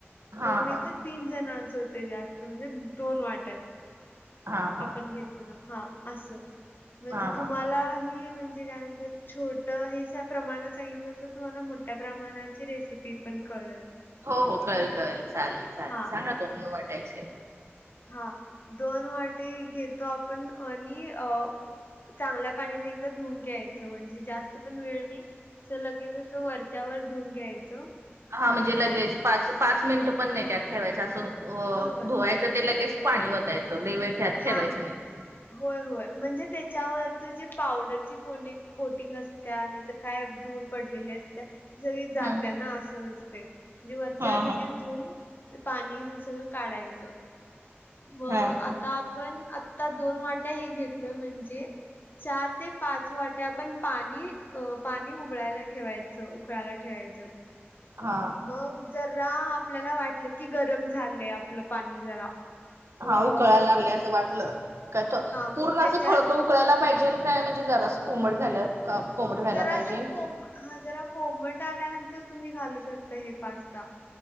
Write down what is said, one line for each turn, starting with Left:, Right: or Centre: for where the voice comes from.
Right: हा
Left: दोन नाही
Right: हा
Left: तर तीन जणांच होते जास्त म्हणजे दोन वाट्यात
Right: हा हा
Left: आपण घेतो ना हा असं म्हणजे
Right: हा
Left: तुम्हाला
Right: हा.
Left: ही म्हणजे काय म्हणत्यात छोट हे सा प्रमाणात सांगितलं होत तुम्हाला मोठ्या प्रमाणाची रेसिपी ती पण कळल.
Right: हो हो कळल कळल चालेल चालेल
Left: हां,
Right: सांगा तुम्ही वाट्याचे.
Left: हा दोन वाटी घेतो आपण आणि अ चांगल्या पाण्याने एकदा धुवून घ्यायचं म्हणजे जास्त पण वेळ नाही सो लगेच अस वरच्यावर धुऊन घ्यायचं
Right: हा म्हणजे लगेच
Left: आणि
Right: पाच पाच मिनिटं पण नाही त्यात ठेवायचं असं
Left: होय होय
Right: धुवायचं ते लगेच पाणी वतायचं लय वेळ त्यात
Left: हा
Right: ठेवायचं नाही.
Left: होय होय म्हणजे त्याच्यावरच जे पावडरची ती कोडी कोटिंग असत्या नाहीतर काय धूळ पडलेली असत्या सगळी जाते
Right: हम्म
Left: ना असं असते म्हणजे वरच्या
Right: हा
Left: लगेच
Right: हा
Left: धुऊन ते पाणी ते सगळं काढायचं मग
Right: हा हा
Left: आत आत्ता आपण आता दोन वाट्या हे घेतलय म्हणजे चार ते पाच वाट्या आपण पाणी अ पाणी उबळायला ठेवायचं उकळायला ठेवायचं.
Right: हा.
Left: मग जरा आपल्याला वाटलं की गरम झालंय आपलं पाणी जरा
Right: हा
Left: हो अप
Right: उकळायला लागलंय अस वाटलं का तो
Left: मग
Right: पूर्ण
Left: त्याच्यात
Right: अस खळखळू उकळायला पाहिजेल काय म्हणजे जरासं कोमट झाल्यावर का कोमट व्हायला
Left: जरा
Right: पाहिजे
Left: असं कोम हा जरा कोमट आल्यानंतर तुम्ही घालू शकता हे पास्ता.